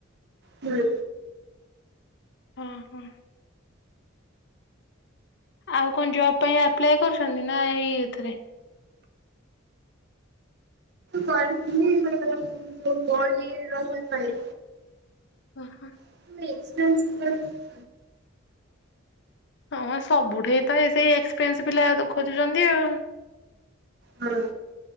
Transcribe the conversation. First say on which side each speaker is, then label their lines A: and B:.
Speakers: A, on the right; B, on the left.
A: ହୁଁ।
B: ହଁ ହଁ। ଆଉ କଣ ଜବ ପାଇଁ ଆପ୍ଲାଏ କରୁଛନ୍ତି ନା ଏଇ ଏଥିରେ।
A: କରିଥିଲି ଇ ଗୋଲ୍ଡ୍ ଇଏ ରେ ରହିବା ପାଇଁ।
B: ଓହୋ।
A: <unintelligible>
B: ହଁ ସବୁଠି ତ ଏ ସେଇ ଏକ୍ସପେଏନ୍ସ ପିଲା ଖୋଜୁଛନ୍ତି ଆଉ।
A: ହଁ।